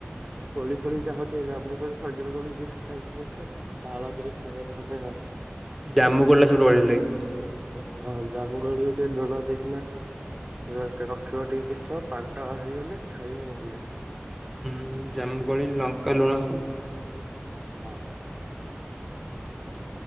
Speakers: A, on the right; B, in the centre.
A: କୋଳି ଫୋଳି ଯାହା ହୋଉ ଟିକେ ଜାମୁ କୋଳି ଖଜିର କୋଳି ଦିଟା ଖାଇଲି ପଛେ। ତାଳ ଟିକେ ଖାଇ ହେଲା ନେଇଁ।
B: ଜାମୁ କୋଳି ଟା ସବୁଠୁ ବଢ଼ିଆ ଲାଗେ।
A: ହଁ ଜାମୁ କୋଳି କୁ ଟିକେ ଲୁଣ ଦେଇକିନା ର ରଖିବ ଟିକେ କିଛି ସମୟ ପାଣିଟା ବାହା ରିଗଲେ ଖାଇବ ଭଲ ଲାଗିବ।
B: ହୁଁ ଜାମୁକୋଳି ଲଙ୍କା ଲୁଣ ଆଉ।
A: ହଁ।